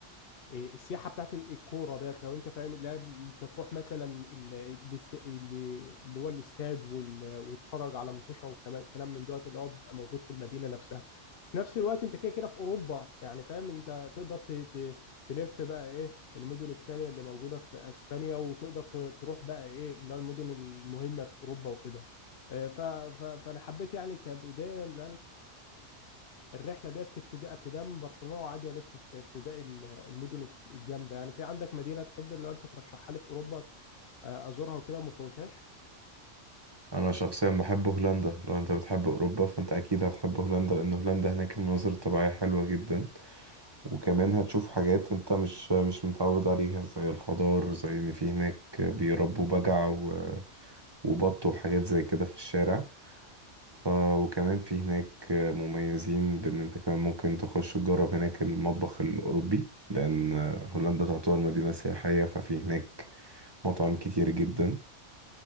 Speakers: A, on the left; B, on the right.
A: إيه، السياحه بتاعت الكوره ديت لو انت فاهم لا انت تروح مثلا ال- الاست- اللي اللي هو الاستاد وال- وتتفرج على مطوشه وكمان كلام من دوت اللي هو بيبقى موجود في المدينه نفسها في نفس الوقت انت كده كده في اوروبا يعني فاهم انت تقدر ت- ت- تلف بقى ايه المدن التانية اللي موجوده في اسبانيا وتقدر ت- تروح بقى ايه اللي هو المدن المهمه في اوروبا وكده آه، ف- ف- فانا حبيت يعني كبدايه ال- الرحله ديت بتبتدي ابتداء من برشلونه وعادي الف في في باقي المدن الجامده يعني في عندك مدينه تحب اللي انت ترشحها لي في اوروبا آه، ازورها وكده وما فوتهاش
B: انا شخصيا بحب هولندا لو انت بتحب اوروبا فانت اكيد هتحب هولندا لان هولندا هناك المناظر الطبيعية حلوة جدا وكمان هتشوف حاجات انت مش مش متعود عليها زي الخضار زي ان في هناك بيربوا بجع و- وبط وحاجات زي كده في الشارع ف... وكمان في هناك مميزين بان انت كمان ممكن تخش تجرب هناك المطبخ الاوروبي لان هولندا تعتبر مدينة سياحية ففي هناك مطاعم كتير جدا